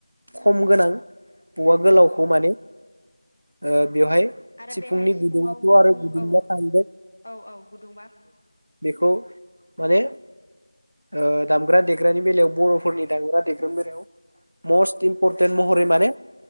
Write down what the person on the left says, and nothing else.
औ औ
आरो
बेहाय सिफुङाव
औ औ औ गुदुंबा